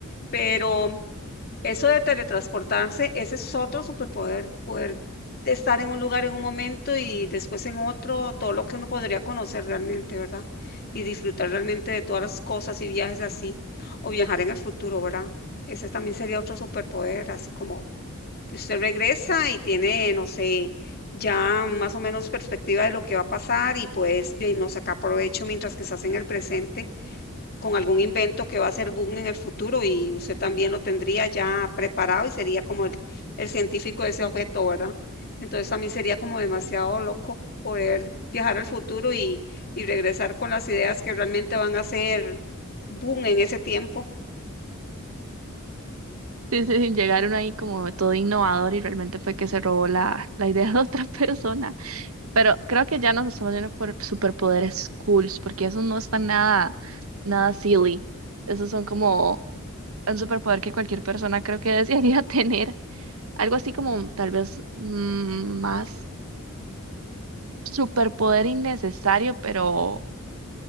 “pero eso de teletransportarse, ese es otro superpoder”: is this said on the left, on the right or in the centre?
Left